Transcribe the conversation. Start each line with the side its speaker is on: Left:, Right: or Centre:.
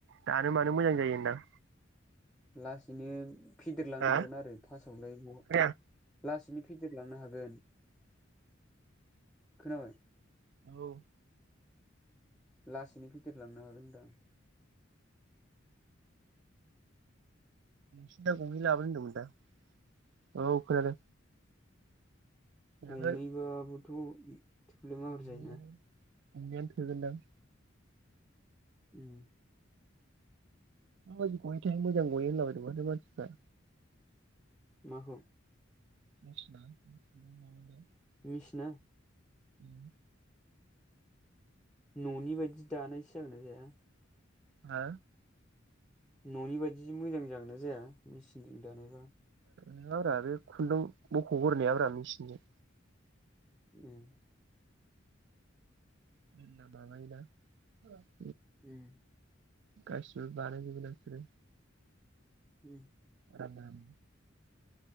Right: दानो मानो मोजां जायोदा
Centre: लासैनो फेदेरलांनो
Right: हा
Centre: हागोन आरो फास्स्टआवलाय बहा
Right: खोनाया
Centre: लासैनो फेदेरलांनो हागोन खोनाबाय
Right: औ
Centre: लासैनो फेदेरलांनो हागोन होनदां
Right: सिदा गंनै लाबोनो होनदों मोनदा औ खोनादों खोनायाखै
Centre: गंनैबाबो थ' थोब्ले माब्ले
Right: गंनैयानो
Centre: जायोना
Right: गंनैयानो थोगोन दां
Centre: उम
Right: माबादि गयोथाय मोजां गयो होनला बायदोंमाथो मानसिफ्रा
Centre: माखौ
Right: <unintelligible>
Centre: मिसिना
Right: उम
Centre: न'नि बायदि बिदि दानायसै जागोनना जाया
Right: हा
Centre: न'नि बायदि मोजां जागोन ना जाया मेचिनजों दानायबा
Right: नङाब्रा बे खुन्दुं बखगोरनायाब्रा मिसिनजों
Centre: उम
Right: <unintelligible> दानायोदा ओ
Centre: उम
Right: गासैबो बानाय जोबो ना‌ बिसोरो
Centre: उम
Right: रानान